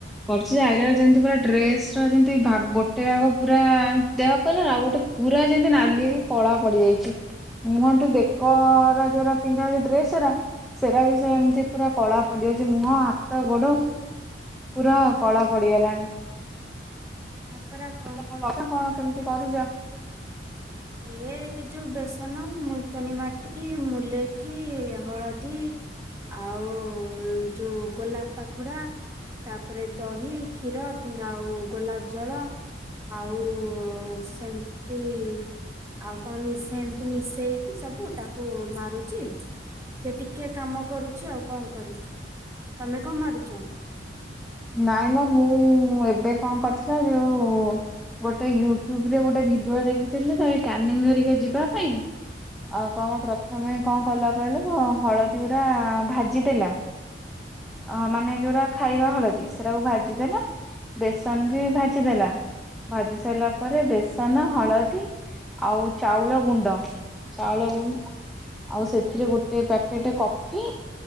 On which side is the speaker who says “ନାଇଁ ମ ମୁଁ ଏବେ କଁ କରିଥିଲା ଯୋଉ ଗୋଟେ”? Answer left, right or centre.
Centre